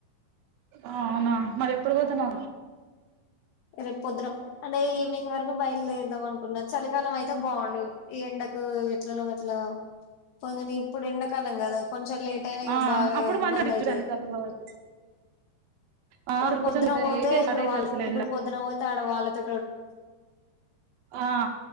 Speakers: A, on the right; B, on the left.
A: ఆ అవునా మరి ఎప్పుడు పోతున్నాను
B: రేపు పొదురం అంటే ఈవినింగ్ వరకు బయలుదేరదాం అనుకున్న చలికాలం అయితే బాగు అ <unintelligible> ఈ ఎండకు ఎట్లనో అట్లా పగానే ఇప్పుడు ఎండాకాలం కదా కొంచెం లేట్ అయినా ఇక
A: ఆ
B: బాగా
A: అప్పుడు
B: ఇబ్బంది
A: మంచిగా
B: అయితది
A: చలికాలం కాబట్టి ఆ
B: ఇప్పుడు
A: అసలు
B: పొద్దున
A: కొంచెం
B: పోతే
A: ఏం
B: ఇప్పుడు
A: స్టార్ట్ అవుతారు
B: వాళ్ళ
A: అసలు ఎండ
B: ఇప్పుడు పొద్దున పోతే ఆడ వాళ్ళతో
A: ఆ